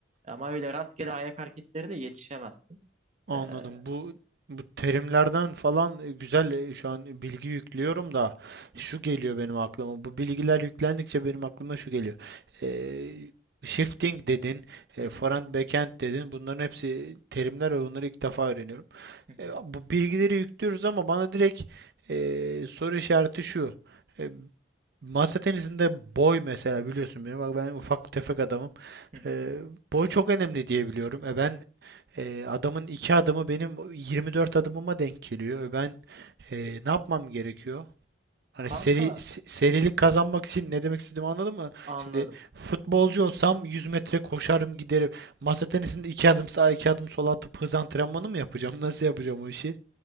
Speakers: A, on the right (about 35°); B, on the right (about 55°).
A: Ama öyle rastgele ayak hareketleriyle yetişemezsin.
B: Anladım.
A: E, hı
B: Bu bu terimlerden falan e, güzel e, şu an bilgi yüklüyorum da
A: hı,
B: şu geliyor benim aklıma. Bu bilgiler yüklendikçe benim aklıma şu geliyor. Ee, shifting dedin, e,
A: hı hı,
B: forehand backhand dedin. Bunların hepsi terimler ve bunları ilk defa öğreniyorum.
A: hı hı,
B: E, bu bilgileri yüklüyoruz ama bana direkt e, soru işareti şu. E, Masa tenisinde boy mesela biliyorsun beni. Bak ben ufak tefek adamım.
A: hı hı.
B: Ee, boy çok önemli diye biliyorum. E ben e, adamın iki adımı benim 24 adımıma denk geliyor. E ben e, ne yapmam gerekiyor? Hani
A: Kanka
B: seri se- serilik kazanmak için ne demek istediğimi anladın mı?
A: anladım.
B: Şimdi futbolcu olsam 100 metre koşarım giderim. Masa tenisinde iki adım sağa iki adım sola atıp hız antrenmanı mı yapacağım? Nasıl yapacağım o işi?